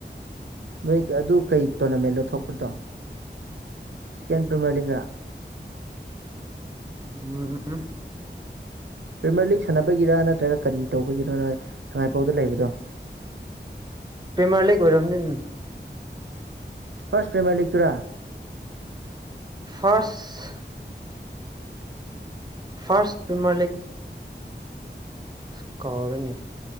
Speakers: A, on the right; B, on the right.
A: ꯅꯣꯏ ꯑꯗꯨ ꯀꯩ ꯇꯣꯔꯅꯥꯃꯦꯟꯅꯣ ꯊꯣꯛꯄꯗꯣ ꯁꯤꯀꯦꯟ ꯄ꯭ꯔꯤꯃꯔ ꯂꯤꯒꯔꯥ
B: ꯎꯝ ꯎꯝ
A: ꯄ꯭ꯔꯤꯃꯔ ꯂꯤꯒ ꯁꯥꯟꯅꯕꯒꯤꯔ ꯅꯠꯇ꯭ꯔꯒ ꯀꯔꯤ ꯇꯧꯕꯒꯤꯅꯣ ꯅꯣꯏ ꯁꯉꯥꯏꯄꯧꯗ ꯂꯩꯕꯗꯣ
B: ꯄꯤꯃꯔꯂꯤꯛ ꯑꯣꯏꯔꯝꯅꯤ
A: ꯐꯔꯁ ꯄ꯭ꯔꯤꯃꯔ ꯂꯤꯛ ꯇꯨꯔꯥ
B: ꯐꯥꯔꯁ ꯐꯥꯔꯁ ꯄꯔꯤꯃꯔ ꯂꯤꯛ ꯑꯁ ꯀꯥꯎꯔꯦꯅꯤ